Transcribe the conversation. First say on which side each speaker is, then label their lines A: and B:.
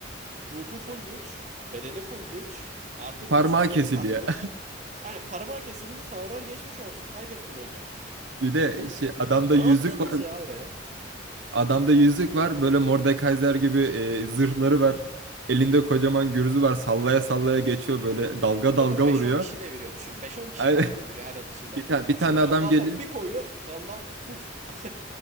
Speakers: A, on the right; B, on the right.
A: ruhu full güç, bedeni full güç, artı güç
B: Parmağı
A: yüzüğünü
B: kesiliyor.
A: kasmış.
B: <laughs>
A: Aynen parmağı kesildi Sauron geçmiş olsun. Kaybettin hocam.
B: Bir de
A: Dedim
B: şey adamda
A: ne
B: yüzük
A: yaptınız
B: var.
A: ya oraya?
B: Adamda yüzük var. Böyle Mordekaiser gibi e, zırhları var. Elinde kocaman gürzü var. Sallaya sallaya geçiyor böyle dalga
A: Bu
B: dalga
A: arada 5-10
B: vuruyor.
A: kişi deviriyor düşün. beş on kişi
B: Aynen.
A: falan indiriyor her atışında.
B: <laughs> Bir tane bir
A: Düşün
B: tane
A: Gandalf'a
B: adam geliyor.
A: bir koyuyor. Gandalf puf. <laughs>